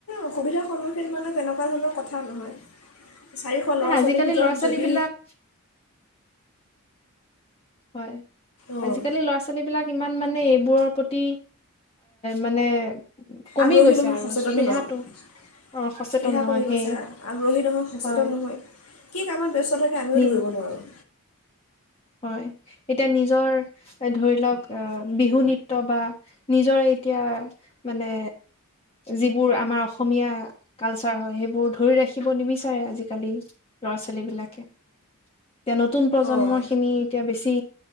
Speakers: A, on the left (about 75°); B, on the left (about 25°).
A: অসুবিধাৰ সন্মুখীন মানে তেনেকুৱা ধৰণৰ কথা নহয় চাৰিশ ল'ৰা
B: আজিকালি
A: ছোৱালীৰ ভিতৰত
B: ল'ৰা ছোৱালী
A: যদি
B: বিলাক হয়
A: অঁ
B: আজিকালি ল'ৰা ছোৱালী বিলাক ইমান মানে এইবোৰৰ প্ৰতি মানে কমি
A: আগ্ৰহী
B: গৈছে
A: নহয়
B: আৰু
A: সচেতনো
B: স্পৃহাটো
A: নহয়,
B: অ সচেতন
A: স্প্ৰীহা
B: নহয়
A: কমি গৈছে
B: সেই
A: আগ্ৰহী নহয় সচেতন
B: হয়
A: নহয় কি কামত ব্যস্ত থাকে আমিও
B: নি
A: ধৰিব নোৱাৰোঁ।
B: হয়, এতিয়া নিজৰ ধৰি লওঁক আ বিহু নৃত্য বা নিজৰ এতিয়া মানে যিবোৰ আমাৰ অসমীয়া কালচাৰ হয় সেইবোৰ ধৰি ৰাখিব নিবিচাৰে, আজিকালি ল'ৰা ছোৱাল বিলাকে, এতিয়া নতুন প্ৰজন্ম
A: অঁ
B: এতিয়া বেছি